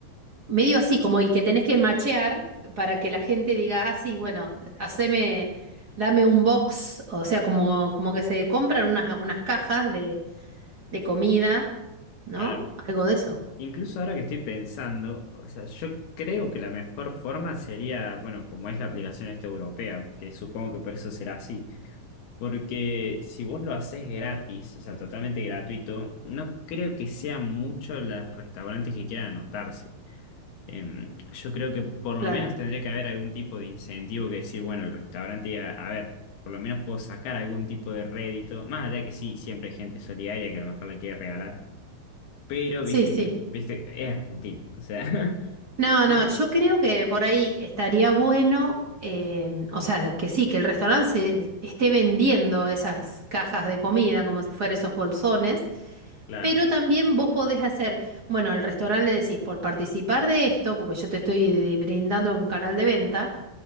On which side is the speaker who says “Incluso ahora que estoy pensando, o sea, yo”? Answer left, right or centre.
Left